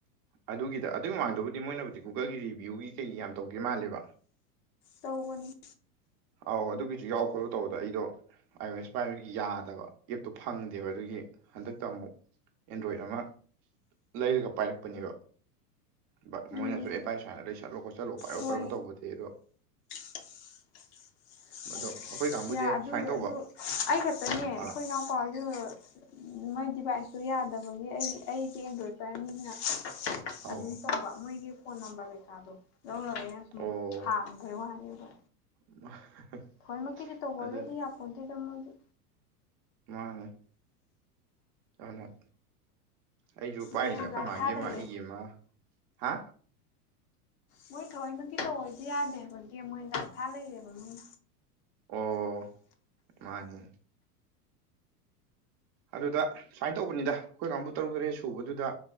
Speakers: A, on the right; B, on the left.
A: ꯑꯗꯨꯒꯤꯗ ꯑꯗꯨꯏ ꯃꯃꯥꯡꯗꯕꯨꯗꯤ ꯃꯣꯏꯅꯕꯨꯗꯤ ꯒꯨꯒꯜꯒꯤ ꯔꯤꯕ꯭ꯌꯨꯒꯤ ꯀꯩ ꯌꯥꯝ ꯇꯧꯒꯤ ꯃꯥꯜꯂꯦꯕ
B: ꯇꯧꯕꯅꯤ
A: ꯑꯥꯎ ꯑꯗꯨꯒꯤꯖꯨ ꯌꯥꯎ ꯈꯣꯠꯂꯣ ꯇꯧꯕꯗ ꯑꯩꯗꯣ ꯑꯥꯏ ꯑꯣ ꯑꯦꯁ ꯄꯥꯏꯕꯒꯤ ꯌꯥꯗꯕ ꯑꯦꯞꯇꯣ ꯐꯪꯗꯦꯕ ꯑꯗꯨꯒꯤ ꯍꯟꯗꯛꯇ ꯑꯃꯨꯛ ꯑꯦꯟꯗ꯭ꯔꯣꯏꯠ ꯑꯃ ꯂꯩꯔꯒ ꯄꯥꯏꯔꯛꯄꯅꯦꯕ ꯕ
B: ꯎꯝ
A: ꯃꯣꯏꯅꯖꯨ ꯑꯦ ꯕꯥꯏ ꯁꯨꯃꯥꯏꯅ ꯂꯩꯁꯟꯂꯣ ꯈꯣꯆꯟꯂꯣ ꯄꯥꯏꯔꯣ
B: ꯍꯣꯏ
A: ꯄꯥꯏꯔꯣ ꯇꯧꯕꯗꯤ ꯑꯗꯣ
B: <unintelligible>
A: ꯑꯗꯣ ꯑꯩꯈꯣꯏ ꯀꯥꯡꯕꯨꯁꯦ
B: ꯌꯥ ꯑꯗꯨ
A: ꯁꯨꯃꯥꯏꯟ ꯇꯧꯕ
B: ꯑꯗꯨ ꯑꯩ ꯈꯛꯇꯅꯦ ꯑꯩꯈꯣꯏ
A: ꯑꯥ
B: ꯏꯅꯥꯎꯄꯥꯁꯨ ꯃꯣꯏ ꯗꯤꯚꯥꯏꯁꯇꯨ ꯌꯥꯗꯕꯒꯤ ꯑꯩ ꯑꯩꯗꯤ ꯑꯦꯟꯗ꯭ꯔꯣꯠ ꯄꯥꯏꯕꯅꯤꯅ
A: ꯑꯧ
B: ꯑꯗꯨꯝ ꯇꯧꯕ ꯃꯣꯏꯒꯤ ꯐꯣꯟ ꯅꯝꯕꯔ ꯀꯩꯀꯥꯗꯣ ꯂꯧꯔꯒꯦꯅ ꯁꯨꯝ
A: ꯑꯣ
B: ꯍꯥꯡꯕꯩ ꯋꯥꯅꯤ ꯑꯗꯣ
A: <unintelligible>
B: ꯊꯣꯏꯅꯃꯛꯀꯤꯗꯤ ꯇꯧꯕꯒꯗꯤ
A: ꯑꯗꯨ
B: ꯌꯥꯄꯣꯟꯗꯦꯗ ꯃꯣꯏꯗꯤ
A: ꯃꯥꯅꯤ ꯑꯗꯨꯅꯦ ꯑꯩꯁꯨ ꯄꯥꯏꯔꯤꯁꯦ
B: ꯒꯦꯝ
A: ꯑꯩꯈꯣꯏ
B: ꯂꯥꯛꯊꯥ
A: ꯃꯥꯒꯤ ꯑꯃ
B: ꯂꯩꯔꯦ
A: ꯑꯩꯒꯤ ꯑꯃ ꯍꯥ
B: ꯃꯣꯏ ꯊꯑꯣꯏꯅ ꯇꯧ ꯍꯥꯏꯗꯤ ꯌꯥꯗꯦ ꯍꯥꯏꯕꯒꯤ ꯃꯣꯏ ꯂꯥꯛꯊꯥ ꯂꯩꯔꯦꯕ ꯃꯤꯅ
A: ꯑꯣ ꯃꯥꯅꯤ ꯑꯗꯨꯗ ꯁꯨꯃꯥꯏꯅ ꯇꯧꯕꯅꯤꯗ ꯑꯩꯈꯣꯏ ꯀꯥꯡꯕꯨ ꯇꯔꯨꯛ ꯇꯔꯦꯠ ꯁꯨꯕꯗꯨꯗ